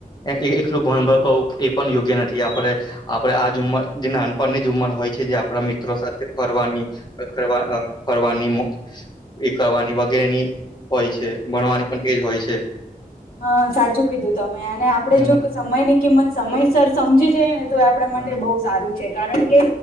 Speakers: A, on the left; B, on the left.
A: એ એકલું ભણભણ કવું એ પણ યોગ્ય નથી આપડે આપડણે આ જ ઉમર જે નાનપણની જ ઉમર હોય છે જે આપડા મિત્રો સાથે ફરવાની રખડવા અહ ફરવારની મો એ કરવાની વગેરે ની હોય છે ભણવાની પણ તેજ હોય છે.
B: હા સાચું કીધું તમે અને આપડે
A: હમ
B: જો સમયની કિંમત સમયસર સમજી જાયને તો એ આપડા
A: હમ
B: માટે બહુ સારું છે કારણ કે